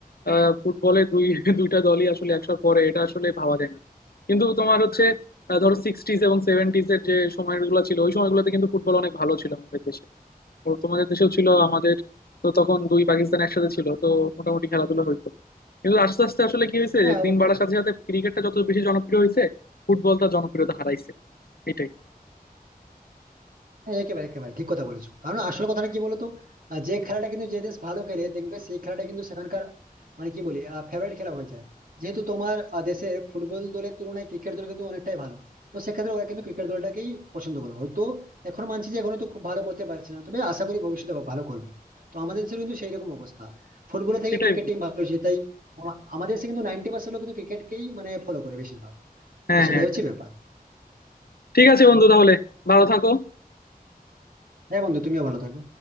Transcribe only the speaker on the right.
হ্যাঁ
অবশ্যই
হ্যাঁ একেবারে একেবারে ঠিক কথা বলেছো কারণ আসল কথাটা কি বলতো আহ, যে খেলাটা কিন্তু যে দেশ ভালো খেলে দেখবে সেই খেলাটা কিন্তু সেখানকার মানে কি বলি ফেভারিট খেলা হয়ে যায় যেহেতু তোমার আহ, দেশে ফুটবল দলের তুলনায় ক্রিকেট দল কিন্তু অনেকটাই ভালো তো সেক্ষেত্রে ওরা কিন্তু ক্রিকেট দলটাকেই পছন্দ করে হয়তো এখন মানছি যে এখনো তো খুব ভালো করতে পারছে না তবে আশা করি ভবিষ্যতে ভা- ভালো করবে তো আমাদের দেশের কিন্তু সেই রকম অবস্থা ফুটবল থেকে
ক্রিকেট
টিম ভালো হয়েছে তাই আমা- আমাদের দেশে কিন্তু নাইনটি পার্সেন্ট লোক কিন্তু ক্রিকেটকেই মানে ফলো করে বেশিরভাগ
তো সেটাই
হচ্ছে
ব্যাপার
হ্যাঁ বন্ধু তুমিও ভালো থাকো